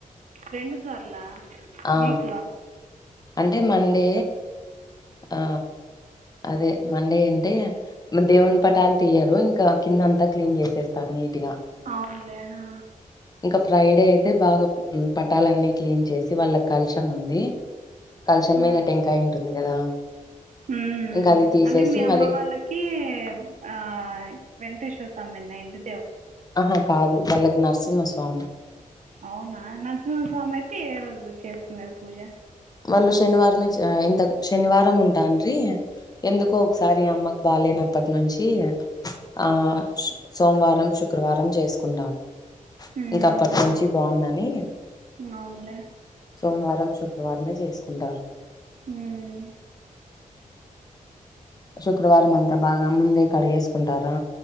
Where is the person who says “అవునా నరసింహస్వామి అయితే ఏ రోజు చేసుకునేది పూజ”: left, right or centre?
Right